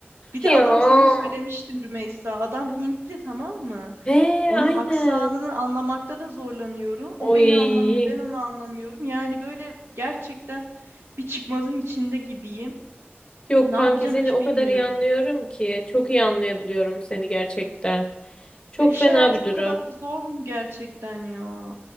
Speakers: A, on the right (about 80°); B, on the left (about 25°).
A: Bir
B: Ya.
A: de adam sana söylemiştim Rümeysa. Adam Hintli tamam mı?
B: He
A: Onun
B: aynen.
A: aksanını anlamakta da zorlanıyorum.
B: Oy.
A: O beni anlamıyor, ben onu anlamıyorum. Yani böyle gerçekten bir çıkmazın içinde gibiyim.
B: Yok
A: Ne
B: kanki
A: yapacağım
B: seni
A: hiç
B: o
A: bilmiyorum.
B: kadar iyi anlıyorum ki. Çok iyi anlayabiliyorum seni gerçekten. Çok
A: Ya iş
B: fena
A: hayatı
B: bir durum.
A: bu kadar zor mu gerçekten ya?